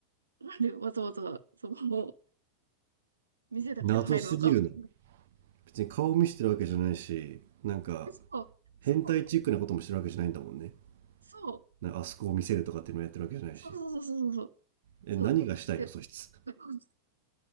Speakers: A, on the right (about 75°); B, on the right (about 55°).
A: なんでわざわざそこの店だから入るのか。
B: 謎すぎるな。
A: <laughs>
B: 別に顔見してるわけじゃないし、なんか、
A: そう、そう、
B: 変態チックなこともしてるわけじゃないんだもんね。
A: そう、
B: なんかあそこを見せるとかっていうのもやってるわけじゃないし。
A: そうそうそうそうそう、
B: え、
A: そう。
B: 何がしたいの、
A: で、
B: そいつ。
A: <laughs>